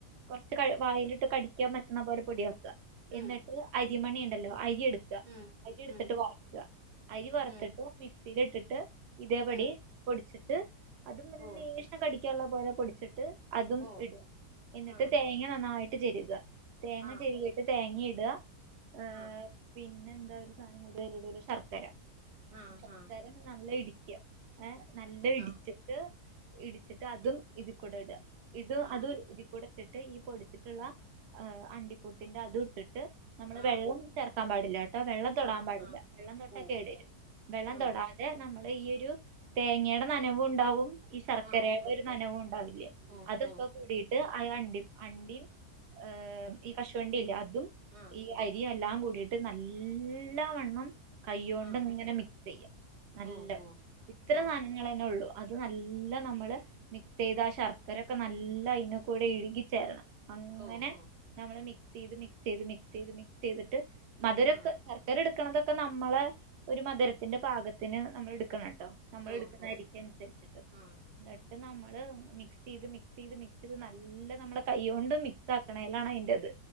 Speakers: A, on the right; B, on the right.
A: കൊർച്ച് വായിലിട്ട് കടി ക്കാൻ പറ്റുന്ന പോലെ പൊടിയാക്ക.
B: ഉം
A: എന്നിട്ട് അരിമണിണ്ടല്ലോ. അരിയെടുക്ക
B: ഉം
A: അരി എടുത്തിട്ട്
B: ഉം
A: വറ്ക്ക. അരി വറുത്തിട്ട്
B: ഉം
A: മിക്സീലിട്ടിട്ട് ഇതേപടി
B: ഉം
A: പൊടിച്ചിട്ട് അതുംമെല്ലെ
B: ഓ
A: ലേഷം കടിക്കാള്ള പോലെ പൊടിച്ചിട്ട് അതും
B: ഓ
A: ഇട.. എന്നിട്ട്
B: ആ
A: തേങ്ങ നന്നായിട്ട് ചെര്ക തേങ്ങ
B: ആ
A: ചെരികി ട്ട് തേങ്ങീടാ.. ആഹ്
B: ആ
A: പിന്നെന്താ ഒരു സാനം കൂടി അയലിടൂലെ ശർക്കര
B: ആ
A: ശർക്ക
B: ആ
A: തൻ നല്ല ഇടിക്യ. ഏഹ് നല്ല ഇടിച്ച്
B: ആ
A: ട്ട് ഇടിച്ചിട്ട് അതും ഇതിക്കൂടെ ഇട. ഇത്
B: ആ
A: അത് ഇതിക്കൂടെ ഇട്ടിട്ട് ഈ പൊടിച്ചിട്ടുള്ള ആഹ് അണ്ടിപുട്ടിന്റെ അതുട്ടിട്ട് നമ്മള്
B: ആ
A: വെള്ളം ചേർക്കാൻ പാടില്ലാട്ടോ. വെള്ളം തൊടാൻ
B: ആ
A: പാടില്ല.
B: ആ
A: വെള്ളം തൊട്ടാ
B: ഓ
A: കേടെരും. വെള്ളം
B: ഓ
A: തൊടാ ഏ നമ്മളെ ഈ ഒരു തേങ്ങേടെ നനവുണ്ടാവും ഈ ശർക്കരയുടെ
B: ആ ആ
A: ഒരു നനവുണ്ടാവില്ലേ
B: ഓ
A: അതൊക്കെ
B: ഓ
A: കൂടീ ട്ട് അയ അണ്ടിം അണ്ടിം ഏഹ് ഈ കശുവണ്ടില്ലേ അതും
B: ആ
A: ഈ അരിയും എല്ലാ കൂടീട്ട് നല്ല വണ്ണം കൈയ്യോണ്ട്ങ്ങനെ
B: ആ
A: മിക്സെയ്യാ നല്ലം
B: ഓ ഓ
A: ഇത്ര
B: ഓ
A: നന ങ്ങളന്നൊള്ളു. അത് നല്ല നമ്മള് മിക്സെയ്ത ആ ശർക്കരൊക്കെ നല്ല അയിനകൂടെ ഇഴുകിച്ചേരണം. അങ്ങനെ
B: ഓ ഓ
A: നമ്മള് മിക്സെയ്ത് മിക്സെയ്ത് മിക്സെയ്ത് മിക് സെയ്തിട്ട് മധുരൊക്കെ
B: ആ
A: കറ ധരെടുക്കണതൊക്കെ നമ്മള് ഒരു മധുരത്തിന്റെ പാകത്തിന് നമ്മൾ എടുക്കണട്ടോ. നമ്മളെടുക്കുന്നരിക്കനുസരിച്ചിട്ട്
B: ഓ ഓ ആ
A: ന്നിട്ട് നമ്മള് മിക്സെയ്ത് മിക്സെയ്ത് മിക് ത് നല്ല നമ്മെട കൈയ്യോണ്ട് മിക്സാക്ക് ണേലാണയ്ൻ്റെത്.